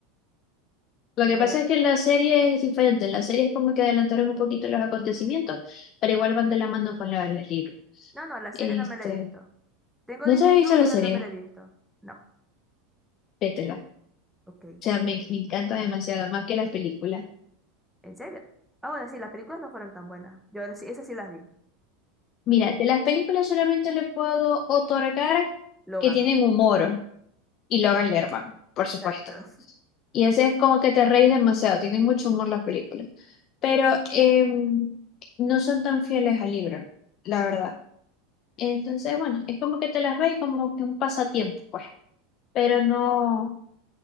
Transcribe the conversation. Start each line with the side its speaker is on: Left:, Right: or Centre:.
Left: Lo
Centre: Que
Left: que
Centre: voy
Left: pasa
Centre: a-
Left: es que en la serie es diferente. En la serie es como que adelantaron un poquito los acontecimientos, pero igual van de la mano con la- los libros.
Centre: No, no, la serie
Left: Este,
Centre: no me la he visto. Tengo
Left: ¿no
Centre: Disney
Left: te has
Centre: Plus,
Left: visto la
Centre: pero
Left: serie?
Centre: no me la he visto. No.
Left: Vétela.
Centre: Ok.
Left: O sea, me, me encanta demasiado, más que las películas.
Centre: ¿En serio? Ah, bueno, sí, las películas no fueron tan buenas. Yo sí- esas sí las vi.
Left: Mira, de las películas solamente le puedo otorgar
Centre: Logan.
Left: que tienen humor y Logan Lerman, por
Centre: Exacto.
Left: supuesto.
Centre: <laughs>
Left: Y así es como que te reís demasiado, tienen mucho humor las películas. Pero em, no son tan fieles al libro, la verdad. Entonces, bueno, es como que te las ves y como que un pasatiempo, pues. Pero no, o